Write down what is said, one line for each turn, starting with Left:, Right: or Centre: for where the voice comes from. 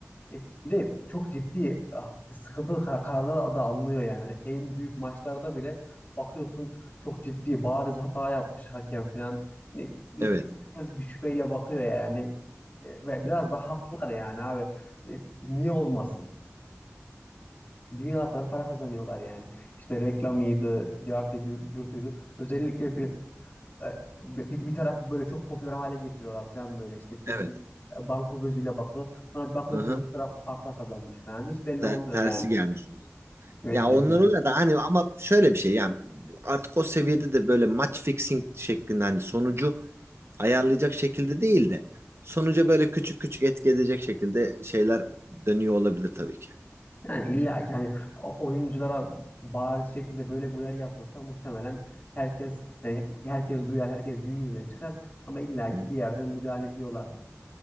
Left: e, bir de çok ciddi ah, sıkıntılı kar- kararlar da alınıyor yani. Hani en büyük maçlarda bile bakıyorsun çok ciddi bariz hata yapmış hakem falan. Hani bir
Right: Evet.
Left: herkes bir şüpheyle bakıyor yani. E, ve biraz da haklılar yani abi. E, niye olmasın? Dünyalar kadar para kazanıyorlar yani. İşte reklamıydı, cartı, yur- yurtuydu. Özellikle bir, e, bir, bir tarafı böyle çok popüler hale getiriyorlar falan böyle. İşte kesin
Right: Evet.
Left: e, banko gözüyle bakılır. Sonra bir bakıyorsun
Right: Hı hı.
Left: öbür taraf farkla kazanmış falan. Hiç belli
Right: Ter-
Left: olmuyor
Right: tersi
Left: yani.
Right: gelmiş.
Left: Evet
Right: Ya
Left: kesin.
Right: onlar oluyor da hani ama şöyle bir şey yani artık o seviyede de böyle match fixing şeklinde hani sonucu ayarlayacak şekilde değil de sonuca böyle küçük küçük etki edecek şekilde şeyler dönüyor olabilir tabii ki.
Left: Yani illa ki hani o- oyunculara bariz şekilde böyle bir uyarı yapılsa muhtemelen herkes yani herkes duyar, herkes gün yüzüne çıkar. Ama illa
Right: Hı.
Left: ki bir yerden müdahale ediyorlardır.